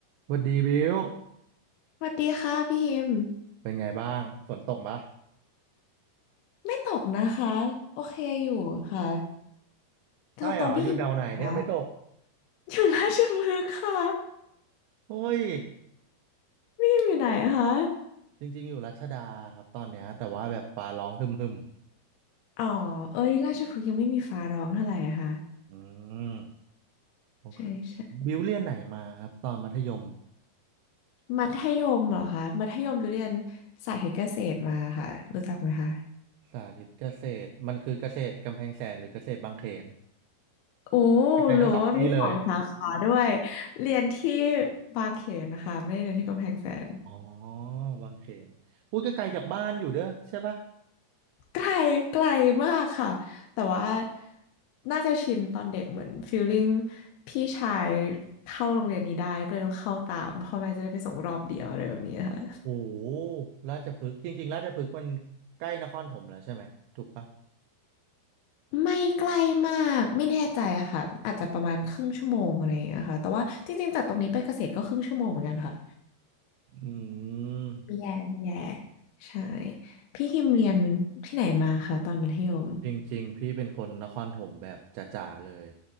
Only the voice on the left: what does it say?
สวัสดีค่ะพี่ฮิม
ไม่ตกนะคะโอเคอยู่ค่ะแถวตรงพี่ฮิมตกเหรอค่ะ
อยู่ราชพฤกษ์ค่ะ
พี่ฮิมอยู่ไหนคะ
อ๋อเอ้ยราชพฤกษ์ยังไม่มีฟ้าร้องเท่าไหร่อะค่ะ
ใช่ใช่
มัธยมเหรอคะมัธยมอยู่เรียนสาธิตเกษตรมาค่ะรู้จักไหมคะ
โอ้
หรือว่ามีสองสาขาด้วยเรียนที่บางเขนนะคะไม่ได้เรียนที่กำแพงแสน
ไกลไกลมากค่ะแต่ว่าน่าจะชินตอนเด็กเหมือนฟีลลิ่งพี่ชายเข้าโรงเรียนนี้ได้ก็เลยต้องเข้าตามพ่อแม่จะได้ไปส่งรอบเดียวอะไรแบบนี้ค่ะ
ไม่ใกล้มากไม่แน่ใจอะค่ะอาจจะประมาณครึ่งชั่วโมงอะไรอย่างเงี้ยค่ะแต่ว่าจริงๆจากตรงนี้ไปเกษตรก็ครึ่งชั่วโมงเหมือนกันค่ะ
มีแย่มีแย่ใช่พี่ฮิมเรียนที่ไหนมาคะตอนมัธยม